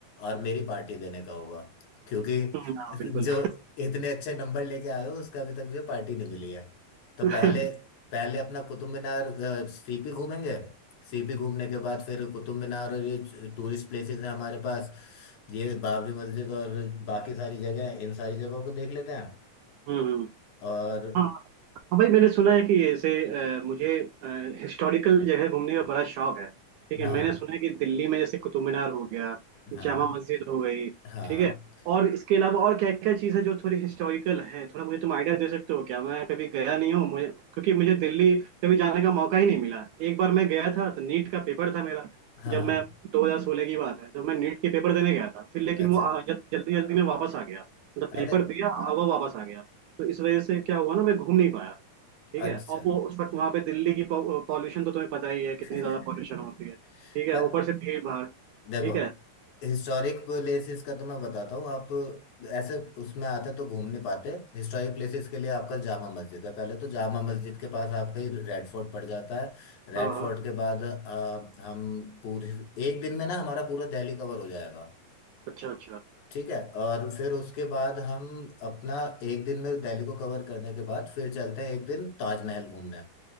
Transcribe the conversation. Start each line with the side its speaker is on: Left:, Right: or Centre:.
Left: और मेरी पार्टी देने का होगा क्योंकि
Right: हम्म, हाँ
Left: <laughs>
Right: बिल्कुल
Left: जो इतने अच्छे नंबर लेके आए हो उसका अभी तक मुझे पार्टी नहीं मिली है तो
Right: <laughs>
Left: पहले पहले अपना कुतुब मीनार अ, सीपी घूमेंगे सीपी घूमने के बाद फिर कुतुब मीनार और ये टूरिस्ट प्लेसेस हैं हमारे पास ये बाबरी मस्जिद और बाकी सारी जगह हैं इन सारी जगहों को देख लेते हैं
Right: हम्म
Left: और
Right: हाँ हाँ भाई मैंने सुना है कि ऐसे अ, मुझे हिस्टोरिकल जगह घूमने का बड़ा शौक है ठीक है
Left: हाँ
Right: मैंने सुना है कि दिल्ली में जैसे कुतुब मीनार हो गया
Left: हाँ
Right: जामा मस्जिद हो गई
Left: हाँ
Right: ठीक है और इसके अलावा और क्या क्या चीज़ है जो थोड़ी हिस्टोरिकल है थोड़ा मुझे तुम आइडिया दे सकते हो क्या मैं कभी गया नहीं हूँ मुझे क्योंकि मुझे दिल्ली कभी जाने का मौका ही नहीं मिला एक बार मैं गया था तो नीट का पेपर था मेरा
Left: हाँ
Right: जब
Left: हाँ,
Right: मैं 2016 की बात है जब मैं नीट के पेपर देने गया था फिर लेकिन
Left: अच्छा
Right: वो आ- जल- जल्दी जल्दी में वापस आ गया मतलब पेपर
Left: अरे
Right: दिया अब वो वापस आ गया तो इस वजह से क्या हुआ ना मैं घूम नहीं पाया ठीक
Left: अच्छा
Right: है और वो उस वक्त वहां पे दिल्ली की पॉल्यूशन तो तुम्हें पता ही है
Left: <laughs>
Right: कितनी ज्यादा पॉल्यूशन होती है ठीक है
Left: पर
Right: ऊपर से भीड़ भाड़ ठीक
Left: देखो
Right: है
Left: हिस्टोरिक प्लेसेस का तो मैं बताता हूँ आप ऐसे उसमें आते तो घूम नहीं पाते हिस्टोरिक प्लेसेस के लिए आपका जामा मस्जिद है पहले तो जामा मस्जिद के पास आपका ही रेड फोर्ट पड़ जाता है रेड
Right: हाँ
Left: फोर्ट
Right: हाँ
Left: के बाद आ, हम पूरे एक दिन में ना हमारा पूरा दिल्ली कवर हो जाएगा
Right: अच्छा अच्छा
Left: ठीक है और फिर उसके बाद हम अपना एक दिन में दिल्ली को कवर करने के बाद फिर चलते हैं एक दिन ताजमहल घूमने